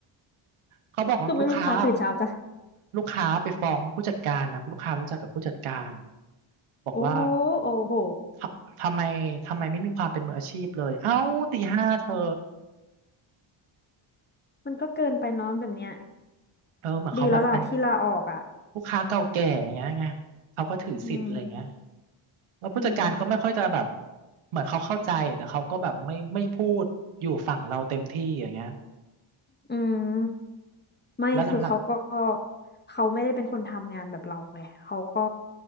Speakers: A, on the right; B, on the left.
A: เขาบอกลูกค้า
B: คือไม่รู้ลูกค้าตื่นเช้าจัง
A: ลูกค้าไปฟ้องผู้จัดการนะลูกค้ารู้จักกับผู้จัดการบอกว่า
B: โอ้โอ้โห
A: ทำทำไมทำไมไม่มีความเป็นมืออาชีพเลยเอ้าตีห้าเธอ
B: มันก็เกินไปเน้องแบบเนี้ย
A: เออเหมือนเขาแบบเป็น
B: ดีแล้วล่ะที่ลาออกอ่ะ
A: ลูกค้าเก่าแก่อย่างเงี้ยไงเขาก็ถือสิทธิ์อะไรอย่างเงี้ย
B: อืม
A: แล้วผู้จัดการก็ไม่ค่อยจะแบบ
B: อืม
A: เหมือนเขาเข้าใจแต่เขาก็แบบไม่ไม่พูดอยู่ฝั่งเราเต็มที่อย่างเงี้ย
B: อืม ไม่คือเขาก็
A: แล้วหลัง
B: เขาไม่ได้เป็นคนทำงานแบบเราไงเขาก็